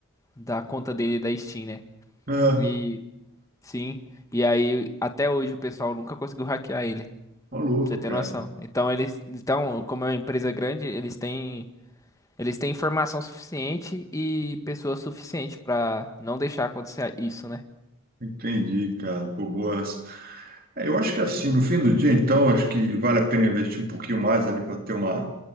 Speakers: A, on the left; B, on the right.
A: da conta dele da Steam, né?
B: Ah,
A: E sim. E aí, até hoje, o pessoal nunca conseguiu hackear ele. Pra
B: tá louco,
A: você ter
B: cara.
A: noção. Então, eles. Então, como é uma empresa grande, eles têm. Eles têm informação suficiente e pessoas suficientes pra não deixar acontecer isso, né?
B: Entendi, cara. Pô, boa essa. É, eu acho que assim, no fim do dia, então, acho que vale a pena investir um pouquinho mais ali para ter uma,